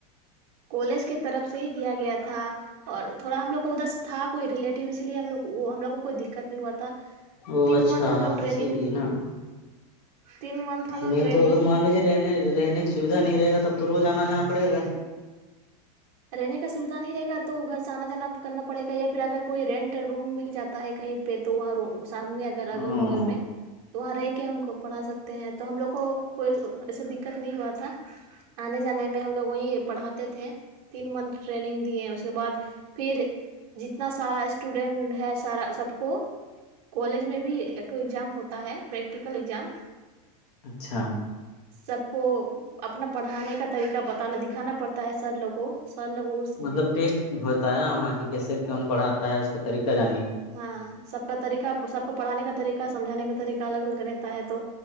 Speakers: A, on the right (about 50°); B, on the left (about 70°).
A: کالج کی طرف سے ہی دیا گیا تھا اور تھوڑا ہم لوگ کو ادھر سے تھا کوئی ریلیٹیو اسی لیے ہم لوگ کو وہ ہم لوگ کوئی دقت نہیں ہوا تھا
B: او
A: تین
B: اچھا
A: منتھ ہم لوگ ٹریننگ
B: اسی لیے نا
A: تین منتھ ہم
B: نہیں
A: لوگ ٹریننگ
B: تو اگر مان لیجیے رہنے رہنے کی سویدھا نہیں رہ گا تب تو روز آنا جاناڑے گا گھر سے
A: رہنے کا سویدھا نہیں رہے گا تو گھر سے آنا جانا کرنا پڑے گا یا پھر اگر کوئی رینٹ روم مل جاتا ہے کہیں پہ تو وہاں سامنے اگر اگل
B: ہوں
A: بغل میں تو وہاں رہ کے ہم کو پڑھا سکتے ہیں تو ہم لوگ کو کوئی ایسے دقت نہیں ہوا تھا آنے جانے میں ہم لوگ وہیں پڑھاتے تھے تین منتھ ٹریننگ دیے ہیں اس کے بعد پھر جتنا سارا اسٹوڈینٹ ہے سارا سب کو کالج میں بھی ایکٹ ایگزام ہوتا ہے پریکٹیکل ایگزام
B: اچھا
A: سب کو اپنا پڑھانے کا طریقہ بتانا دکھانا پڑتا ہے سر لوگ کو س لگو
B: مطلب ٹیسٹ ہوتا ہے نا وہاں کی کیسے کون پڑھاتا ہے اس کا طریقہ جاننے کی
A: ہاں سب کا طریقہ سب کو پڑھانے کا طریقہ سمجھانے کا طریقہ الگ الگ رہتا ہے تو